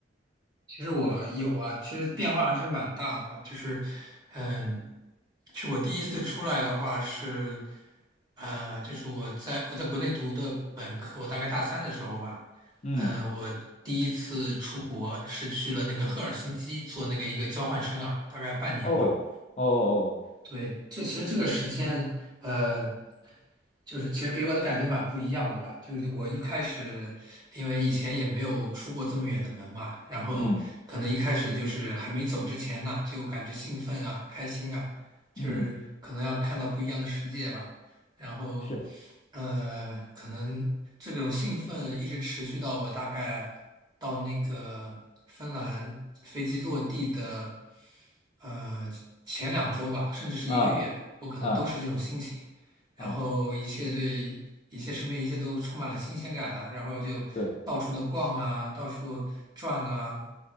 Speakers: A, on the right; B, on the left.
A: 其实我有啊，其实变化还是蛮大的吧。就是，嗯，是我第一次出来的话是，呃，就是我在我在国内读的本科，我大概大三的时候吧，
B: 嗯
A: 呃，我第一次出国是去了那个赫尔辛基做那个一个交换生啊，大概半年吧。
B: 哦哦哦，
A: 对，这其实这个时间，呃。就是其实给我的感觉蛮不一样的吧。就是我一开始，因为以前也没有出过这么远的门嘛，然后可能一开始就是还没走之前呢，
B: 嗯
A: 就感觉兴奋啊、开心啊，就是可能要看到不一样的世界吧。
B: 嗯，
A: 然后，
B: 是
A: 呃，可能这种兴奋一直持续到我大概到那个芬兰飞机落地的，呃，前两周吧，甚至是一个月，
B: 啊
A: 我可能都是这种心情。
B: 啊
A: 然后一切对一切身边一切都充满了新鲜感啊，
B: 啊，
A: 然后就到处的逛啊，
B: 对，
A: 到处转呐、